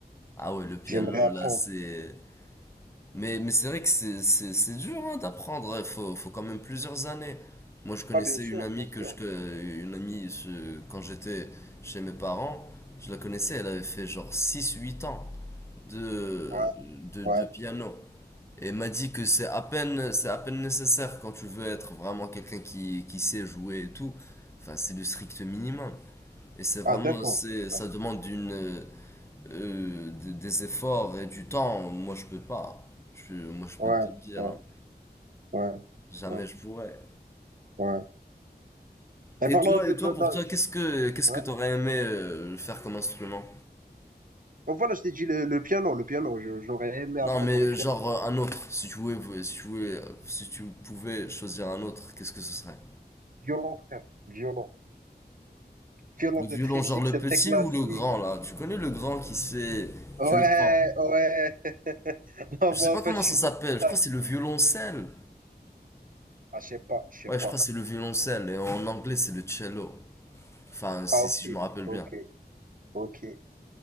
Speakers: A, on the left; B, on the right.
A: Ah ouais, le piano,
B: J'aimerais apprendre.
A: là, c'est... Mais, mais c'est vrai que c'est, c'est, c'est dur hein, d'apprendre, il faut, faut quand même plusieurs années. Moi, je connaissais
B: Ah, bien sûr,
A: une amie
B: bien sûr.
A: que je, que- une amie, ce- quand j'étais chez mes parents, je la connaissais, elle avait fait genre six huit ans de,
B: Ouais,
A: de,
B: ouais.
A: de piano. Et m'a dit que c'est à peine, c'est à peine nécessaire quand tu veux être vraiment quelqu'un qui, qui sait jouer et tout. Enfin, c'est le strict minimum. Et c'est vraiment,
B: Ah, d'accord,
A: c'est,
B: d'accord.
A: ça demande une, euh, euh, des des efforts et du temps. Moi, je peux pas. Je, moi, je peux
B: Ouais,
A: te le dire.
B: ouais,
A: hein.
B: ouais,
A: Jamais
B: ouais,
A: je pourrais.
B: ouais. Et
A: Et
B: parlons
A: toi,
B: un peu
A: et
B: de
A: toi,
B: la...
A: pour
B: de-
A: toi, qu'est-ce que, qu'est-ce
B: Ouais.
A: que t'aurais aimé euh, faire comme instrument?
B: Oh, Voilà, je t'ai dit le, le piano, le piano. Je- J'aurais aimé
A: Non,
B: apprendre
A: mais
B: le piano.
A: genre euh, un autre. Si tu pouvais, si tu pouvais, si tu pouvais choisir un autre, qu'est-ce que ce serait?
B: Violon, frère. Violon. Violon,
A: Le violon,
B: c'est très
A: genre
B: chic,
A: le
B: c'est
A: petit
B: très classique.
A: ou le grand, là. Tu connais le grand qui c'est.
B: Ouais,
A: Tu le prends.
B: ouais. <laughs> Non,
A: Je
B: moi,
A: sais pas
B: en fait,
A: comment
B: je
A: ça
B: suis
A: s'appelle.
B: de toute taille.
A: Je crois que c'est le violoncelle.
B: Ah, je sais pas, je sais
A: Ouais,
B: pas.
A: je crois que c'est le violoncelle. Et en anglais, c'est le cello. Enfin, si,
B: Ah, ok,
A: si je me rappelle
B: ok,
A: bien.
B: ok.